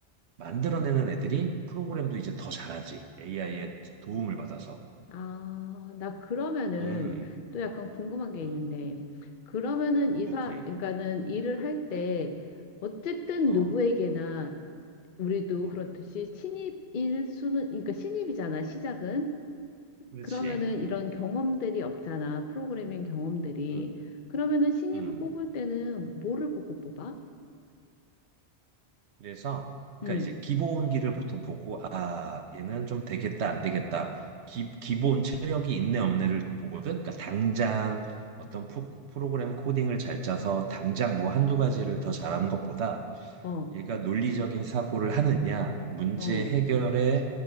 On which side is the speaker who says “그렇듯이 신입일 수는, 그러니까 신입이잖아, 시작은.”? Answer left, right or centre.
Left